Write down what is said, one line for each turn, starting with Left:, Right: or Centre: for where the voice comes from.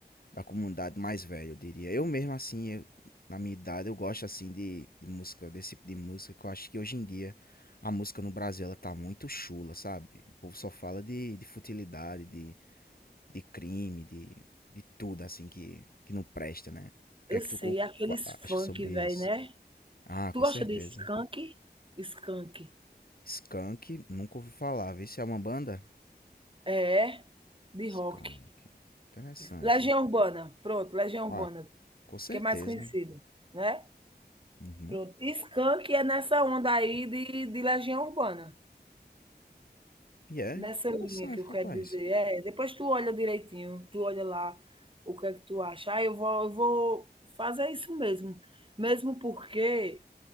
Left: da comunidade mais velha, eu diria. Eu mesmo, assim, eu- na minha idade, eu gosto, assim, de, de música, desse tipo de música, que eu acho que hoje em dia a música no Brasil, ela tá muito chula, sabe? O povo só fala de, de futilidade, de, de crime, de, de tudo, assim, que, que não presta, né? O que
Right: Eu
Left: é que
Right: sei,
Left: tu con-
Right: aqueles
Left: fa- acha
Right: funk,
Left: sobre
Right: velho,
Left: isso?
Right: né?
Left: Ah,
Right: Tu
Left: com
Right: gosta
Left: certeza.
Right: de Skank? Skank.
Left: Skank, nunca ouvi falar. Vê se é uma banda?
Right: É, é? de
Left: Skank.
Right: rock.
Left: Interessante.
Right: Legião Urbana, pronto, Legião
Left: Ah,
Right: Urbana,
Left: com certeza.
Right: que é mais conhecido, né?
Left: Uhum.
Right: Pronto. Skank é nessa onda aí de, de Legião Urbana.
Left: E é
Right: Nessa
Left: interessante,
Right: linha que eu
Left: rapaz.
Right: quero dizer, é, depois tu olha direitinho, tu olha lá o que é que tu acha. Ah, eu vou, eu vou fazer isso mesmo. Mesmo porque